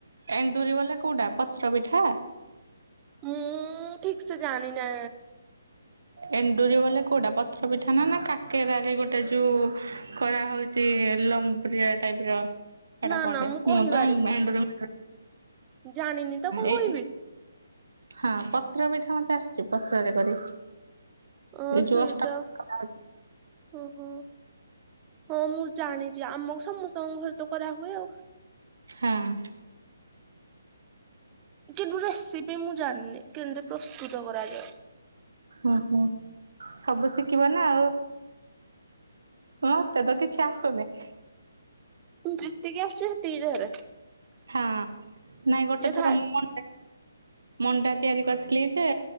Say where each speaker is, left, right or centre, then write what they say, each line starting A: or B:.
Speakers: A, on the right; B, on the right.
A: ଏଣ୍ଡୁରି ବାଲା କୋଉଟା ପତ୍ର ପିଠା।
B: ମୁଁ ଠିକ୍ ସେ ଜାଣିନା।
A: ଏଣ୍ଡୁରି <unintelligible> କୋଉଟା ପତ୍ର ପିଠା ନା ନା କାକେରା ରେ ଗୋଟେ ଯୋଉ। କରା ହଉଛି ଲମ୍ବ୍ରିଆ ଟାଇପ ର <unintelligible>
B: ନା
A: କଣ
B: ନା
A: ଟେ
B: କହିପାରିବିନି।
A: ମୁଁ ତ ଏଣ୍ଡୁ-ଏଣ୍ଡୁରି
B: ଜାଣିନି ତ କଣ
A: ଏଇ
B: କହିବି।
A: ହଁ, ପତ୍ର ପିଠା ମତେ ଆସିଛି ପତ୍ରରେ କରି।
B: ହଁ
A: ଏଇ ଯୋଉ
B: ସେଇଟା
A: ଅଷ୍ଟମୀ କରାହଉଛି
B: ହୁଁ ହୁଁ। ହଁ, ମୁଁ ଜାଣିଛି ଆମକୁ ସମସ୍ତଙ୍କ ଘରେ ତ କରାହୁଏ, ଆଉ।
A: ହାଁ
B: କିନ୍ତୁ ରେସିପି ମୁଁ ଜାଣିନି କେମିତି ପ୍ରସ୍ତୁତ କରାଯାଏ।
A: ହୁଁ, ହୁଁ ସବୁ ଶିଖିବ ନା ଆଉ। ମତେ ତ କିଛି ଆସୁନି।
B: ଯେତିକି ଆସୁଛି ସେତିକି କରେ।
A: ହଁ, ନାଇଁ ଗୋଟେ ଥର
B: ଖାଏ
A: ମୁଁ ମଣ୍ଡା-ମଣ୍ଡା ତିଆରି କରିଥିଲି ଯେ